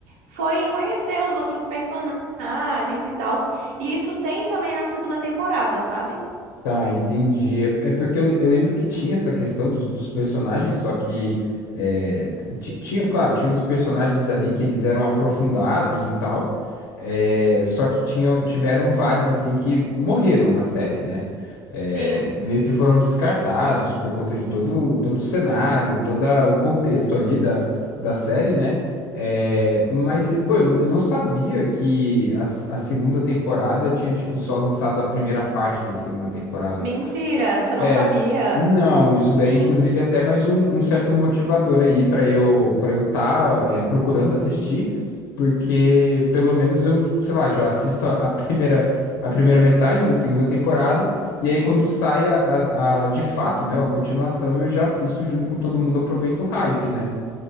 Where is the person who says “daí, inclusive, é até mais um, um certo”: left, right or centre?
Left